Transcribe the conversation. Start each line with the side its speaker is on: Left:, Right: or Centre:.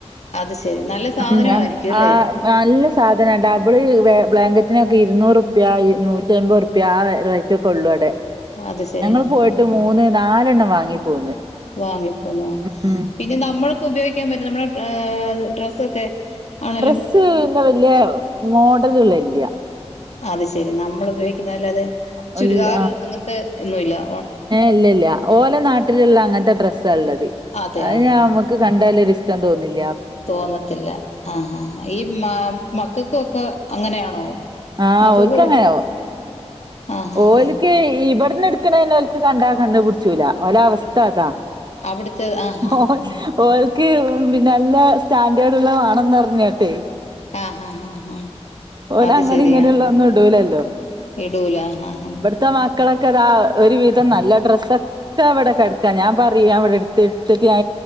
Left: അത് ശരി നല്ല സാധനായിരിക്കും
Right: ഉം ഞ
Left: അല്ലേ?
Right: ആ നല്ല സാധന ഡബിൾ ബ്ലാങ്കറ്റിനൊക്കെ ഇരുന്നൂറ്പ്യ നൂറ്റി അമ്പത് പ്പ ആ റേറ്റൊക്കൊള്ളു അടെ
Left: അത് ശരി
Right: ഞങ്ങൾ
Left: ആഹ്
Right: പോയിട്ട് മൂന്ന് നാലെണ്ണം വാങ്ങി പോന്ന്.
Left: വാങ്ങിപ്പോന്നു.
Right: ഉം
Left: പിന്നെ നമ്മൾക്ക് ഉപയോഗിക്കാൻ പറ്റ്ന്ന നമ്മടെ ഡ്രസ്സൊക്കെ. ആണേലും
Right: ഡ്രസ്സ് ഇന്ന വല്യ മോഡല്ള്ളതില്യ.
Left: അത് ശെരി നമ്മൾ ഉപയോഗിക്കുന്നതല്ലാതെ ചുരിദാർ
Right: ഇല്ല
Left: അങ്ങൻത്തെ ഒന്നുല്ല്യ.
Right: ഇല്ലല്ല്യ ഓലെ നാട്ടില്ള്ള അങ്ങൻത്തെ ഡ്രസാള്ളത്
Left: അതെ
Right: അത്ഞ
Left: ആഹ്
Right: ക്ക് കണ്ടാലൊരിഷ്ടം തോന്നില്യ.
Left: തോന്നത്തില്ല, ആഹാ ഹാ ഈ മ മക്കക്കൊക്കെ അങ്ങനെയാണോ.
Right: ആഹ്
Left: മക്കൾക്ക്
Right: ഓൽക്ക്ങ്ങനാവോ.
Left: പറ്റ ആഹ് ആഹ്
Right: ഓല്ക്ക് ഇബട്ന്ന് ഇട്ക്ക്ണേനെ ഓൽക്ക് കണ്ടാ കണ്ണ് പുട്ച്ചൂല, ഓല അവസ്ഥ അതാ.
Left: അവിടുത്തെ ആഹ് ആഹ്
Right: ഓല്.
Left: ആഹ്
Right: ഓൽക്ക് നല്ല സ്റ്റാൻഡേർഡ് ഇള്ളത് വാണംന്നർഞ്ഞാട്ട്.
Left: ആഹ് ആഹ് ആഹ്
Right: ഓലങ്ങനിം
Left: അത് ശരിയാ
Right: ഇങ്ങനെള്ളതൊന്നും ഇടൂലല്ലോ.
Left: ഇടൂല ആഹ് ആഹ്
Right: ത്തെ മക്കളൊക്കെതാ ഒരുവിധം നല്ല ഡ്രസ്സ് ഒ ക്കെവിടെകെടാക്കാ ഞാം പറിം ഞാവടെ എട്ത്ത് എട്ത്തിട്ട് ഞാ